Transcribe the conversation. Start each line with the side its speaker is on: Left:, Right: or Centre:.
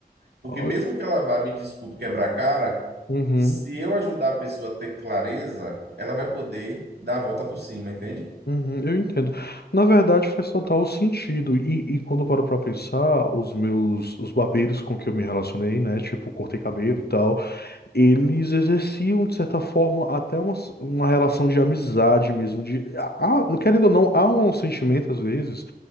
Right: Porque
Left: Olha,
Right: mesmo que ela vá, me desculpe, quebrar a cara,
Left: uhum,
Right: se eu ajudar a pessoa a ter clareza, ela vai poder dar a volta por cima, entende?
Left: uhum, eu entendo. Na verdade, faz total sentido. E, e quando eu paro pra pensar, os meus, os barbeiros com que eu me relacionei, né? Tipo, cortei cabelo e tal. eles exerciam, de certa forma, até uma, uma relação de amizade mesmo, de, ah, não querendo ou não, há um sentimento, às vezes,